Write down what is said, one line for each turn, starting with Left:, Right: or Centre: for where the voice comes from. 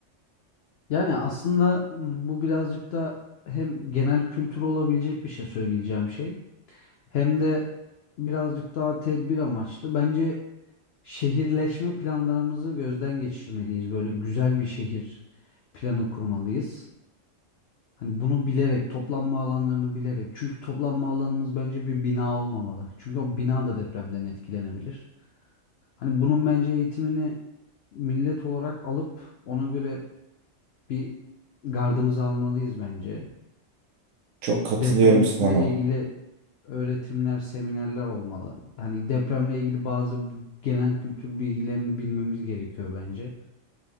Left: Yani aslında m, bu birazcık da hem genel kültür olabilecek bir şey söyleyeceğim şey hem de birazcık daha tedbir amaçlı. Bence şehirleşme planlarımızı gözden geçirmeliyiz. Böyle güzel bir şehir planı kurmalıyız. Hani bunu bilerek, toplanma alanlarını bilerek. Çünkü toplanma alanımız bence bir bina olmamalı. Çünkü o bina da depremden etkilenebilir. Hani bunun bence eğitimini millet olarak alıp ona göre bir gardımızı almalıyız bence.
Right: Çok katılıyorum
Left: Depremle
Right: sana.
Left: ilgili öğretimler, seminerler olmalı. Hani depremle ilgili bazı b- genel kültür bilgilerini bilmemiz gerekiyor bence.